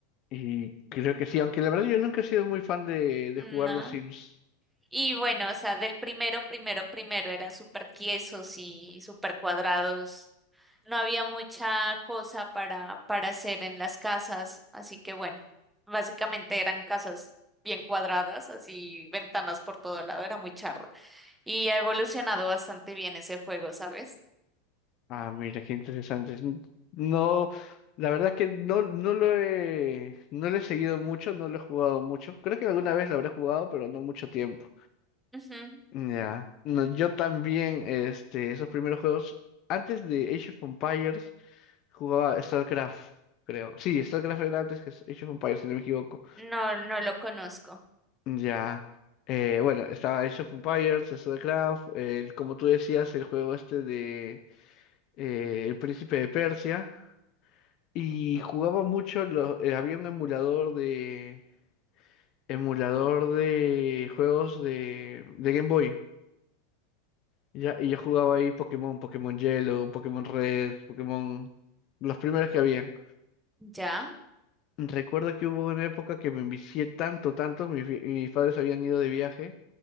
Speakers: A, on the left; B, in the centre.
A: Y creo que sí, aunque la verdad yo nunca he sido muy fan de, de
B: Mm,
A: jugar
B: No.
A: los Sims.
B: Y bueno, o sea, del primero, primero, primero eran súper tiesos y súper cuadrados. No había mucha cosa para, para hacer en las casas, así que bueno, básicamente eran casas bien cuadradas, así ventanas por todo lado, era muy charro. Y ha evolucionado bastante bien ese juego, ¿sabes?
A: Ah, mira, qué interesante. N- No, la verdad es que no, no lo he, no lo he seguido mucho, no lo he jugado mucho. Creo que alguna vez lo habré jugado, pero no mucho tiempo.
B: Ujú.
A: Ya, no, yo también, este, esos primeros juegos, antes de Age of Empires, jugaba StarCraft, creo. Sí, StarCraft era antes que Age of Empires, si no me equivoco.
B: No, no lo conozco.
A: Ya, eh, bueno, estaba Age of Empires, StarCraft, el- como tú decías, el juego este de eh, El Príncipe de Persia, y jugaba mucho, lo- eh, había un emulador de, emulador de juegos de, de Game Boy. Y Ya, y yo jugaba ahí Pokémon, Pokémon Yellow, Pokémon Red, Pokémon... Los primeros que habían.
B: ¿Ya?
A: Recuerdo que hubo una época que me envicié tanto, tanto, mis, vi- mis padres habían ido de viaje,